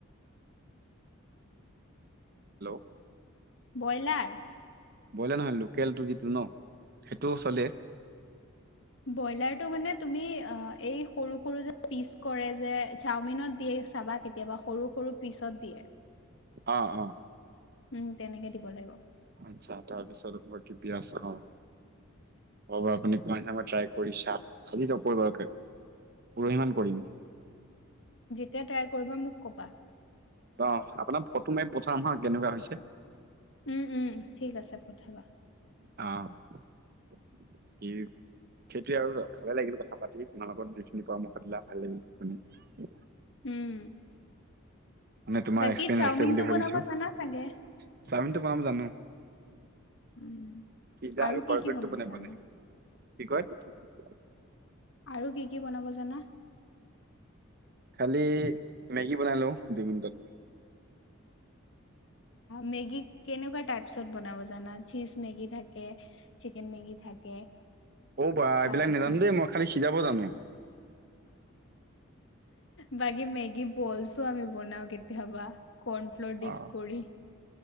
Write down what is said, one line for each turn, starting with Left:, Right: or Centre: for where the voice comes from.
Right: হেল্ল'
Left: বইলাৰ
Right: ব্ৰইলাৰ নহয় লোকেলটো যিটো ন সেইটোও চলে
Left: ব্ৰইলাৰটো মানে তুমি অ এই সৰু সৰু যে পিচ কৰে যে চাওমিনত দিয়ে চাবা কেতিয়াবা সৰু সৰু পিছত দিয়ে
Right: অ অ
Left: উম তেনেকে দিব লাগিব
Right: আচছা তাৰপিছত লাগিব পিয়াজ হয় হ'ব আপুনি কোৱাদৰে ট্ৰাই কৰি চাম আজি নকৰো বাৰু কা- পুৰহিমান কৰিম
Left: যেতিয়াই ট্ৰাই কৰিবা মোক ক'বা
Right: অ আপোনাক ফটো মাৰি পঠাম হা কেনেকুৱা হৈছে
Left: উম উম ঠিক আছে পঠাবা
Right: আ কি সেইটোৱে আৰু ভালে লাগিল কথা পাতি তোমাৰ লগত যিখিনি পৰামৰ্শ দিলা ভাল লাগিল শু
Left: উম,
Right: মানে তোমাৰ
Left: বাকী
Right: এক্সপৰিয়েঞ্চ
Left: চাওমিনটো
Right: আছে বুলি ভাবিছো
Left: বনাব জানা চাগে?
Right: চাওমিনটো বনাম জানো।
Left: উম।
Right: পিজ্জা আৰু
Left: কি
Right: বাৰ্গাৰটো
Left: কি বনাব
Right: বনাই
Left: জানা?
Right: বনাই কি কয়?
Left: আৰু কি কি বনাব জানা?
Right: কালি মেগী বনাই লওঁ দুই মিনিটত।
Left: মেগ কেনেন জান চজ মেগ থাকে চিকন। মেগী থাকে।
Right: অ', বা
Left: তাৰপিছত
Right: এইবিলাক নেজানো দেই মই খালী সিজাব জানোঁ।
Left: বাকী মেগী বলছো আমি বনাওঁ কেতিয়াবা। কণফ্ল'ৰ দীপ
Right: অ
Left: কৰি